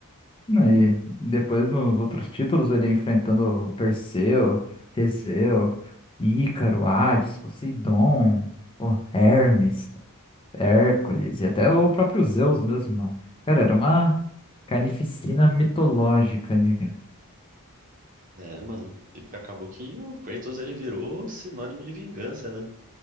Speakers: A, on the left; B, on the right.
A: E depois nos outros títulos ele enfrentando Perseu, Teseu, Ícaro, Hades, Poseidon, o Hermes, Hércules e até o próprio Zeus mesmo, mano. Cara, era uma carnificina mitológica ali, cara.
B: É, mano, e acabou que o Kratos ele virou sinônimo de vingança, né?